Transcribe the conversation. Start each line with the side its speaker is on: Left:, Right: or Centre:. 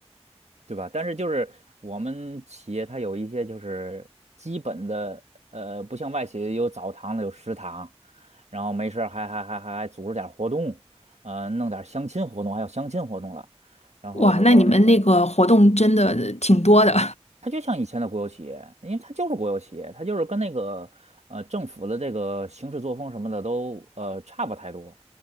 Right: 对吧？但是就是我们企业它有一些就是基本的，呃，不像外企有澡堂子有食堂，然后没事儿还还还还还组织点儿活动，呃，弄点儿相亲活动，还有相亲活动了，然后这个
Left: 哇，那你们那个活动真的挺多的，
Right: 它就像以前的国有企业，因为它就是国有企业，它就是跟那个呃政府的这个行事作风什么的都呃差不太多。